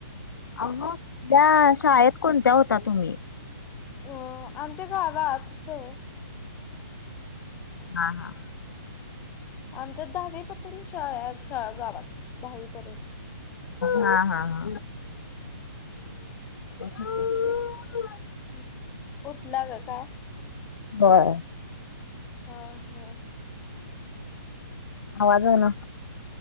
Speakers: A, on the left (about 80°); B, on the left (about 15°).
A: अहो या शाळेत कोणत्या होता तुमी?
B: अ आमच्या गा गावात हुतो.
A: हा हा.
B: आमच्या दहावीपतुन शाळा शा गावात दहावीपर्यंत.
A: हा हा हा <unintelligible>
B: हुं उठला ग काय?
A: होय.
B: ह हो.
A: आवाज आला.